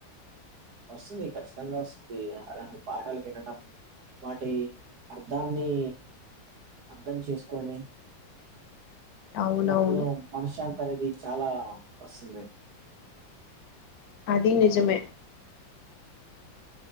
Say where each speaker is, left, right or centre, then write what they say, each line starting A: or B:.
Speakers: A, on the right; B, on the left.
A: వస్తుంది ఖచ్చితంగా వస్తుంది అలాంటి పాటలు వినడం వాటి అర్థాన్ని అర్ధం చేసుకొని
B: అవునవును
A: ఉన్నప్పుడు మనశ్శాంతి అనేది చాలా వస్తుంది
B: అది నిజమే